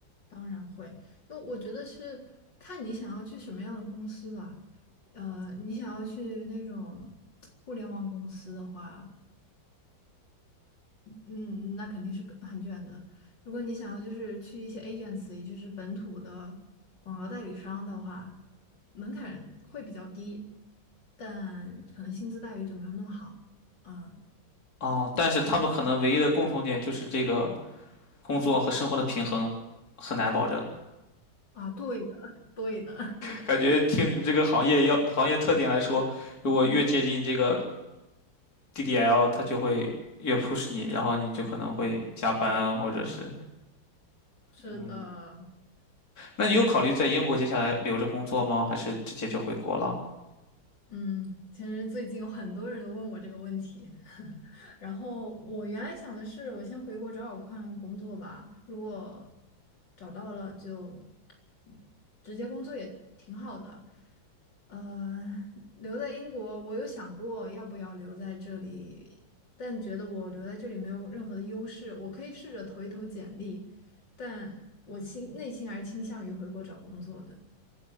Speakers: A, on the left (about 65°); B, on the left (about 45°).
A: 当然会。就我觉得是看你想要去什么样的公司吧。呃，你想要去那种互联网公司的话，嗯，那肯定是更很卷的。如果你想要就是去一些 agency，就是本土的广告代理商的话，门槛会比较低，但可能薪资待遇就没有那么好。啊
B: 哦，但是他们可能唯一的共同点就是这个工作和生活的平衡很难保证。
A: 啊，对的，<laughs> 对的，
B: 感觉听你这个行业要行业特点来说，如果越接近这个 DDL 它就会越 push 你，然后你就可能会加班啊或者是
A: <laughs> 是的。
B: 嗯，那你有考虑在英国接下来留着工作吗？
A: 我。
B: 还是直接就回国了？
A: 嗯，其实最近有很多人都问我这个问题，<laughs> 然后我原来想的是，我先回国找找看工作吧，如果找到了就嗯直接工作也挺好的。呃，留在英国，我有想过要不要留在这里，但觉得我留在这里没有任何的优势，我可以试着投一投简历，但我心内心还是倾向于回国找工作的。